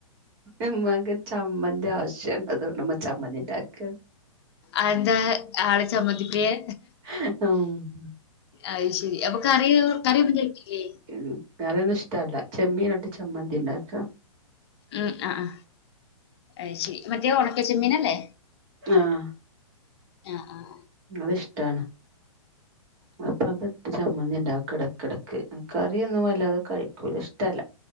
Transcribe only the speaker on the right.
ഇമ്മക്ക് ചമ്മന്തി ആവശ്യം ണ് അതോണ്ട് ഇമ്മ ചമ്മന്തി ഇണ്ടാക്ക.
<inaudible>
ഉം കറിഒന്നും ഇഷ്ടല്ല ചെമ്മീനട്ട് ചമ്മന്തി ഇണ്ടക്കാ.
ആഹ്
അത്ഷ്ടാണ്. അപ്പം അത്. ഇട്ട് ചമ്മന്തി ഇണ്ടാ കെട കെടക്ക് കറി ന്നും വല്ലാതെ കഴിക്കൂല ഇഷ്ടല്ല.